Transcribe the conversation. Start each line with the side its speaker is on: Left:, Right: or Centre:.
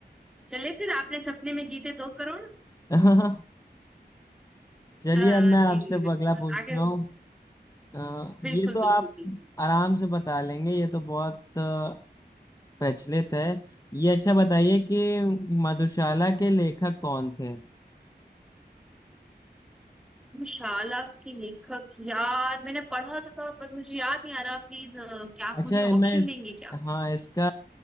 Centre: चले फिर आपने सपने में जीते दो करोड़ <laughs>
Left: <laughs> चलिए
Centre: हाँ,
Left: अब मैं
Centre: जी
Left: आपसे
Centre: जी बिल्कुल
Left: अगला पूछता
Centre: आगे
Left: हूँ अ,
Centre: बिल्कुल
Left: ये तो
Centre: बिल्कुल
Left: आप
Centre: बिल्कुल
Left: आराम से बता लेंगे ये तो बहुत अ, प्रचलित है ये अच्छा बताइए कि मधुशाला के लेखक कौन थे
Centre: शाला के लेखक यार मैंने पढ़ा तो था पर मुझे याद नहीं आ रहा प्लीज क्या आप
Left: अच्छा
Centre: मुझे
Left: ये मैं
Centre: ऑप्शन
Left: इस,
Centre: देंगे क्या
Left: हाँ इसका